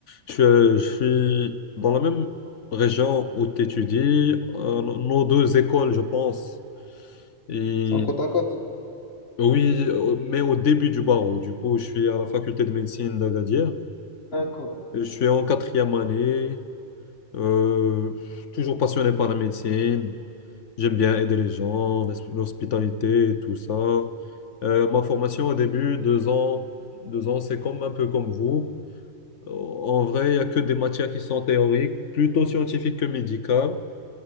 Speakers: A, on the left (about 75°); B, on the left (about 55°).
A: Je suis, euh, je suis dans la même région où tu étudies. Euh, nos deux écoles, je pense. Et
B: C'est en compte en compte.
A: oui, euh, mais au début du barreau. Du coup, je suis à la faculté de médecine d'Agadir.
B: D'accord.
A: Et Je suis en quatrième année. Euh, toujours passionné par la médecine. J'aime bien aider les gens, l'hos- l'hospitalité et tout ça. Euh, ma formation au début, deux ans, deux ans, c'est comme un peu comme vous. Euh, En vrai, il n'y a que des matières qui sont théoriques, plutôt scientifiques que médicales.